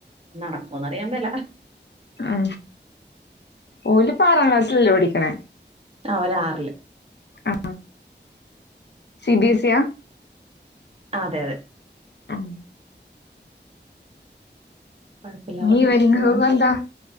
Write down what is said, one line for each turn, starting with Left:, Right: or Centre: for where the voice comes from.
Right: നടക്കന്നറിയമ്മേല
Left: ആ ഓല ആറാം ക്ലാസിലല്ലോ പഠിക്ക പി
Right: അവര് ആറില്
Left: ആ സി ബിഎസ് സിയാ
Right: അതെ അതെ
Left: ആഹ്
Right: കൊഴപ്പില്ലാതെ
Left: നീ
Right: പഠിച്ചു
Left: വരങ്ങ
Right: പോണു
Left: വന്താ